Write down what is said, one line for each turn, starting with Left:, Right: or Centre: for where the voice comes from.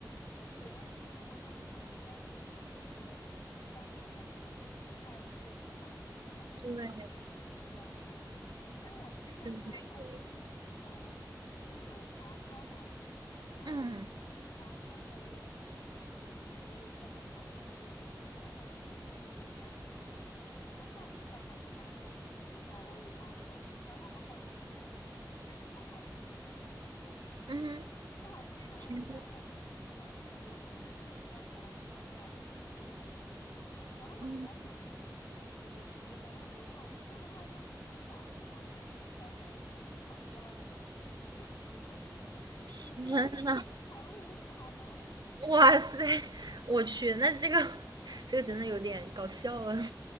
Left: 哦，对，我也听说过，他们说这边儿可能就是西方这边，他可能就是不太就是不放血还是怎么的，
Right: 对
Left: 就比较腥。但是我们这边还好，
Right: 对对对对，
Left: 因为嗯，就是有华超嘛，然后其实华超的我也就是我们我也一般在华超买，
Right: 嗯
Left: 就是也没有发现就是太腥的。我上次倒还是买了一 <laughs> 买了五花肉，然后我本来就是，但是不好切。
Right: 嗯哼，
Left: 不好切，然后我就把它放在冰箱里了。
Right: 天，
Left: 我同学说，那你要不把它煮一下，再煮熟了再切。然后我就把它在锅里煮着煮着煮着，
Right: 嗯
Left: 然后我就忘了，然后他就直接把锅里的水烧干了，成烤焦了，然后 <laughs>
Right: 天
Left: 直接就成了烤五花肉。
Right: <laughs> 哇塞，我去，那这个这个真的有点搞笑了